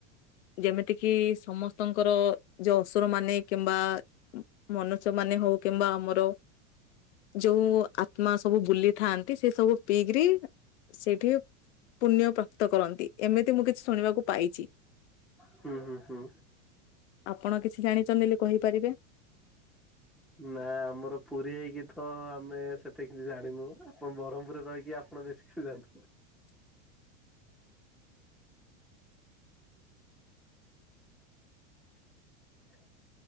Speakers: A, on the left (about 70°); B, in the centre.
A: ଯେମିତି କି ସମସ୍ତଙ୍କର ଯୋଉ ଅସୁର ମାନେ କିମ୍ବା ମନୁଷ୍ୟ ମାନେ ହଉ କିମ୍ବା ଆମର ଯୋଉ ଆତ୍ମା ସବୁ ବୁଲିଥାନ୍ତି। ସେଠି ସେ ସବୁ ପିଇକିରି ସେଠି ପୁଣ୍ୟ ପ୍ରାପ୍ତ କରନ୍ତି ଏମିତି ମୁଁ କିଛି ଶୁଣିବାକୁ ପାଇଚି।
B: ହୁଁ ହୁଁ ହୁଁ।
A: ଆପଣ କିଛି ଜାଣିଛନ୍ତି ବୋଲି କହିପାରିବେ?
B: ନା ଆମର ପୁରୀ ହେଇକି ତ ଆମେ ସେତେ କିଛି ଜାଣିନୁ ଆପଣ ବ୍ରହ୍ମପୁରରେ ରହିକି ଆପଣ ବେଶୀ କି ଜାଣିଥିବେ।
A: <inaudible>
B: ହଁ।